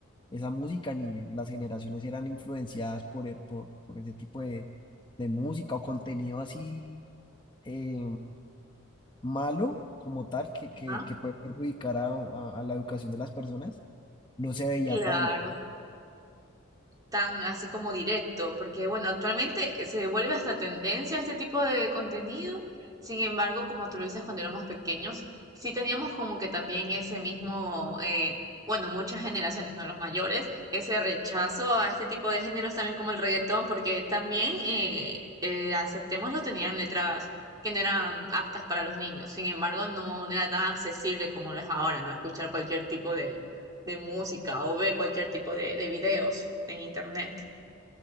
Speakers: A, on the left (about 20°); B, on the right (about 20°).
A: esa música, ni las generaciones eran influenciadas por, e- por, por ese tipo de, de música o contenido así eh, malo como tal, que, que,
B: Ajá,
A: que puede perjudicar a, a a la educación de las personas. No se veía
B: Claro.
A: tanto.
B: tan así como directo, porque bueno, actualmente eh, se vuelve hasta tendencia este tipo de contenido, sin embargo, como tú lo dices cuando éramos pequeños, sí teníamos como que también ese mismo, eh, bueno, muchas generaciones, no los mayores, ese rechazo a este tipo de géneros también como el reggaetón, porque también, eh, eh, aceptémoslo, tenían letras que no eran aptas para los niños, sin embargo, no, no era tan accesible como lo es ahora, ¿no? Escuchar cualquier tipo de de música o ver cualquier tipo de, de videos en internet.